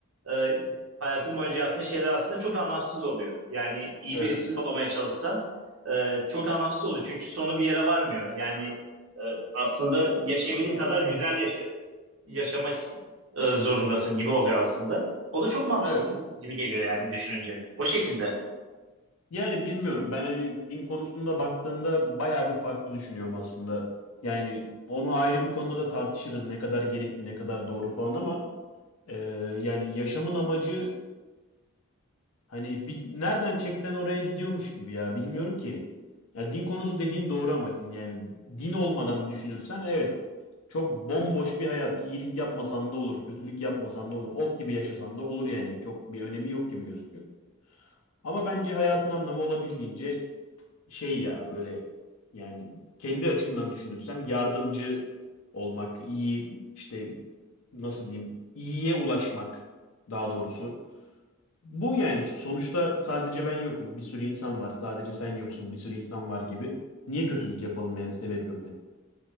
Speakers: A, on the right (about 60°); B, on the left (about 75°).
A: e, hayatın boyunca yaptığın şeyler aslında çok anlamsız oluyor. Yani iyi
B: evet.
A: birisi olmaya çalışsan e, çok anlamsız oluyor. Çünkü sonu bir yere varmıyor. Yani e, aslında yaşayabildiğin kadar güzel yaşa- yaşamak e, zorundasın gibi oluyor aslında. O da çok mantıksız
B: Evet.
A: gibi geliyor yani düşününce. O şekilde.
B: Yani bilmiyorum. Ben hani din konusunda baktığında bayağı bir farklı düşünüyorum aslında. Yani onu ayrı bir konuda da tartışırız. Ne kadar gerekli, ne kadar doğru falan ama e, yani yaşamın amacı hani bir, nereden çeksen oraya gidiyormuş gibi ya. Bilmiyorum ki. Ya din konusu dediğin doğru ama şimdi yani din olmadan düşünürsen evet çok bomboş bir hayat. İyilik yapmasan da olur, kötülük yapmasan da olur, ot gibi yaşasan da olur yani. Çok bir önemi yok gibi gözüküyor. Ama bence hayatın anlamı olabildiğince şey ya böyle yani kendi açımdan düşünürsem yardımcı olmak, iyi işte nasıl diyeyim iyiye ulaşmak daha doğrusu. Bu yani sonuçta sadece ben yokum. Bir sürü insan var. Sadece sen yoksun. Bir sürü insan var gibi. Niye kötülük yapalım yani sebep yokken?